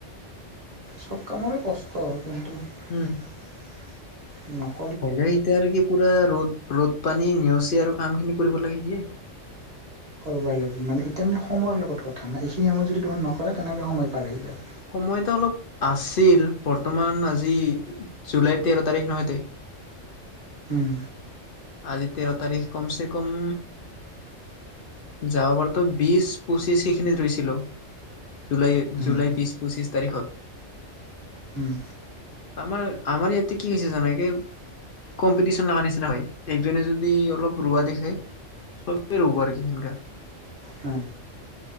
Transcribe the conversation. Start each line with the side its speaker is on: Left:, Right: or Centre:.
Right: চব কামৰে কষ্ট হয়! কিন্তু
Left: উম
Right: অ'।
Left: হ'লে এতিয়া আৰু কি পোৰা ৰ'দ, ৰ'দ পানী নেওচি আৰু কামখিনি কৰিব লাগে সেয়েই।
Right: <unintelligible> মানে এতিয়া মানে সময়ৰ লগত কথা নাই এইখিনি সময়ত যদি তোমাৰ নকৰে তেনেহ'লে সময় পাৰ হৈ যায়।
Left: সময়টো অলপ আছিল, বৰ্তমান আজি, জুলাইৰ তেৰ তাৰিখ নহয়তে।
Right: উম।
Left: আজি তেৰ তাৰিখ কমছে কম যোৱা বাৰতো বিছ পঁচিছ সেইখিনিত ৰৈছিলোঁ। জুলাই,
Right: উম,
Left: জুলাই বিশ পঁচিছ তাৰিখত।
Right: উম।
Left: আমাৰ, আমাৰ ইয়াতে কি হৈছে জানে কে কম্পিটিশ্যন লগা নিচিনা হয়, একজনে যদি অলপ ৰোৱা দেখে চবেই ৰুব আৰু সেনেকা।
Right: হয়।